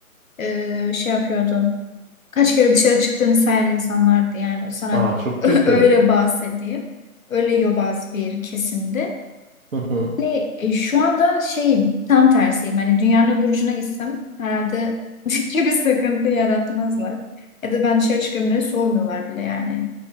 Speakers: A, on the left (about 65°); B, on the right (about 65°).
A: e, şey yapıyordu. Kaç kere dışarı çıktığını sayan insanlardı yani sana
B: Aa çok
A: <laughs>
B: kötü.
A: öyle bahsedeyim. Öyle yobaz bir kesimdi.
B: Hı hı.
A: Hani e, şu anda şey tam tersiyim. Hani dünyanın öbür ucuna gitsem herhalde <laughs> hiçbir sıkıntı yaratmazlar. Ya da ben dışarı çıkıyorum diye sormuyorlar bile yani